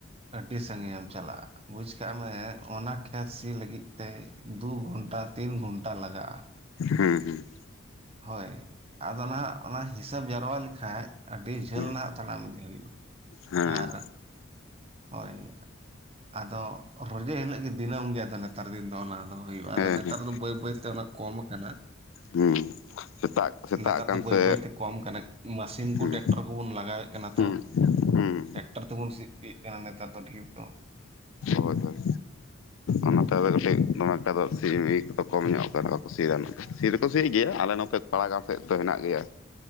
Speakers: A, on the right; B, on the left.
A: ᱟᱹᱰᱤ ᱥᱟᱺᱜᱤᱧᱮᱢ ᱪᱟᱞᱟᱜᱼᱟ᱾ ᱵᱩᱡᱷ ᱠᱟᱜ ᱢᱮ ᱚᱱᱟ ᱠᱷᱮᱛ ᱥᱤ ᱞᱟᱹᱜᱤᱫ ᱛᱮ ᱫᱩ ᱜᱷᱚᱱᱴᱟ, ᱛᱤᱱ ᱜᱷᱚᱱᱴᱟ ᱞᱟᱜᱟᱜᱼᱟ᱾
B: ᱦᱩᱸ ᱦᱩᱸ᱾
A: ᱦᱳᱭ, ᱟᱫᱚ ᱱᱟᱦᱟᱜ ᱚᱱᱟ ᱦᱤᱥᱟᱹᱵ ᱡᱟᱨᱣᱟ ᱞᱮᱠᱷᱟᱡ᱾ ᱟᱹᱰᱤ ᱡᱷᱟᱹᱞ
B: ᱦᱩᱸ
A: ᱱᱟᱦᱟᱜ ᱛᱟᱲᱟᱢ ᱤᱫᱤ ᱦᱩᱭᱩᱜᱼᱟ
B: ᱦᱮᱸ
A: ᱟᱨ ᱦᱳᱭ ᱟᱫᱚ ᱨᱳᱡᱮ ᱦᱤᱞᱳᱜ ᱜᱮ ᱫᱤᱱᱟᱹᱢ ᱜᱮ ᱟᱫᱚ ᱱᱮ ᱛᱟᱨ ᱫᱤᱱ ᱫᱚ ᱚᱱᱟ ᱫᱚ ᱦᱩᱭᱩᱜᱼᱟ,
B: ᱦᱮᱸ
A: ᱟᱫᱚ ᱱᱮᱛᱟᱨ
B: ᱦᱮᱸ
A: ᱫᱚ ᱵᱟᱹᱭ ᱵᱟᱹᱭᱛᱮ ᱚᱱᱟ ᱠᱚᱢ ᱟᱠᱟᱱᱟ᱾
B: ᱦᱩᱸ᱾ ᱥᱮᱛᱟᱜ ᱥᱮᱛᱟᱜ
A: ᱱᱮᱛᱟᱨ
B: ᱠᱟᱱ
A: ᱫᱚ ᱵᱟᱹᱭ
B: ᱥᱮ
A: ᱵᱟᱹᱭᱛᱮ ᱠᱚᱢ ᱠᱟᱱᱟ, ᱢᱟᱥᱤᱱ
B: ᱦᱩᱸ
A: ᱠᱚ ᱴᱮᱠᱴᱚᱨ ᱠᱚᱵᱚᱱ ᱞᱟᱜᱟᱣᱮᱫ ᱠᱟᱱᱟ
B: ᱦᱩᱸ
A: ᱛᱚ᱾
B: ᱦᱩᱸ
A: ᱴᱮᱠᱴᱟᱨ ᱛᱮᱵᱚᱱ ᱥᱤ ᱩᱪᱩᱭᱮᱫ ᱠᱟᱱᱟ ᱱᱮᱛᱟᱨ ᱫᱚ ᱰᱷᱤᱨ ᱫᱚ᱾
B: ᱦᱳᱭ ᱦᱳᱭ᱾ ᱚᱱᱟᱛᱮ ᱟᱫᱚ ᱠᱟᱹᱴᱤᱡ ᱫᱚᱢᱮ ᱮᱠᱴᱟ ᱫᱚ ᱥᱤ ᱢᱤ ᱠᱚᱫᱚ ᱠᱚᱢ ᱧᱚᱜ ᱟᱠᱟᱫᱟ, ᱵᱟᱠᱚ ᱥᱤᱭ ᱫᱟ ᱩᱱᱟᱹᱜ ᱫᱚ ᱥᱤ ᱫᱚ ᱫᱚ ᱥᱤ ᱜᱮᱭᱟ ᱟᱞᱮ ᱱᱚᱛᱮ ᱯᱟᱲᱟ ᱜᱟᱶ ᱥᱮᱫ ᱫᱚ ᱦᱮᱱᱟᱜ ᱜᱮᱭᱟ᱾